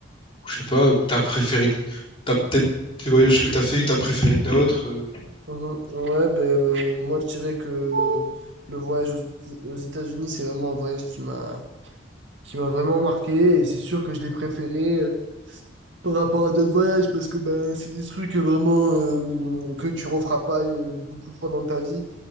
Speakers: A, on the left; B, on the right.
A: je sais pas, t'as préféré... T'as peut-être des voyages que t'as fait que t'as préféré que d'autres. euh?
B: Mhm. Ouais, ben, euh, moi, je dirais que le voyage aux, aux États-Unis, c'est vraiment un voyage qui m'a qui m'a vraiment marqué. Et c'est sûr que je l'ai préféré euh, par rapport à d'autres voyages parce que ben, c'est des trucs vraiment euh, que tu referas pas euh, beaucoup de fois dans ta vie.